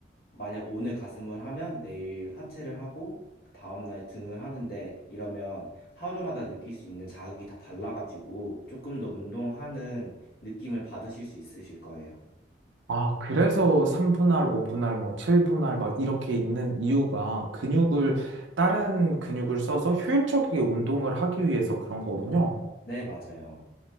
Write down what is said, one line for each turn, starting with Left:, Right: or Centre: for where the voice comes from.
Left: 만약 오늘 가슴을 하면 내일 하체를 하고 그 다음날 등을 하는데 이러면 하루마다 느낄 수 있는 자극이 다 달라가지고 조금 더 운동하는 느낌을 받으실 수 있으실 거예요.
Right: 아, 그래서 3분할, 5분할, 뭐 7분할 막 이렇게 있는 이유가 근육을, 다른 근육을 써서 효율적이게 운동을 하기 위해서 그런 거군요.
Left: 네, 맞아요.